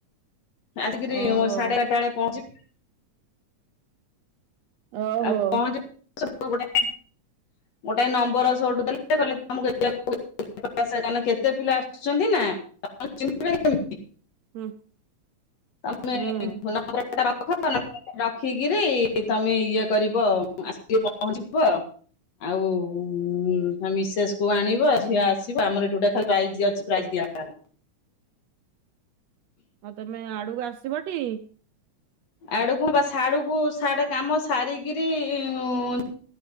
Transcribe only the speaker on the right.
ଓହୋ
ଓହୋ
ହୁଁ
ହୁଁ
ଆଉ ତମେ ଆଡ଼କୁ ଆସିବ ଟି?